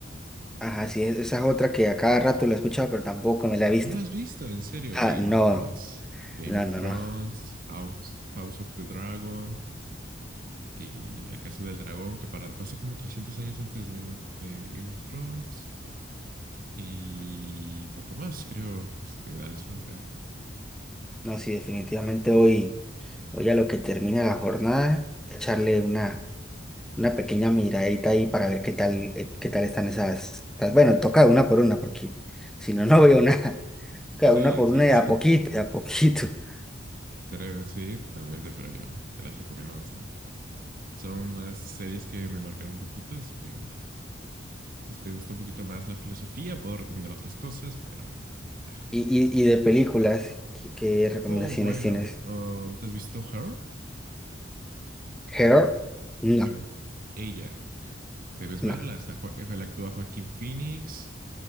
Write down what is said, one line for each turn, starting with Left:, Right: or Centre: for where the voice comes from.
Centre: Ajá, sí, es- esa es otra que a cada rato la he escuchado, pero tampoco me la he visto.
Right: ¿No lo has visto? En serio,
Centre: Ah,
Right: Game
Centre: no,
Right: of Thrones. Game
Centre: no,
Right: of
Centre: no,
Right: Thrones,
Centre: no.
Right: House, House of the Dragon. y A Casa del Dragón, que para- pasa como 300 años antes de, de Game of Thrones, y poco más, creo. Este, dales una mirada.
Centre: No, sí, definitivamente hoy, hoy a lo que termina la jornada, echarle una. una pequeña miradita ahí para ver qué tal, eh, qué tal están esas. esas- Bueno, toca una por una, porque si no, no veo nada. <laughs> Cada
Right: Sí,
Centre: una por
Right: sí,
Centre: una
Right: sí,
Centre: y a poquito,
Right: <laughs>
Centre: y a poquito. <laughs>
Right: Estaría- sí, totalmente, pero yo te las recomiendo bastante. Son unas series que me marcaron un poquito, así que si te gusta un poquito más la filosofía, puedo recomendar otras cosas, pero... Ajá.
Centre: Y, y, y de películas, ¿qué, qué recomendaciones
Right: Oh, bueno,
Centre: tienes?
Right: um, ¿te has visto Her?
Centre: ¿Her? No,
Right: Her, ella, debes
Centre: no.
Right: verla. Está, Jo- él actúa Joaquín Phoenix.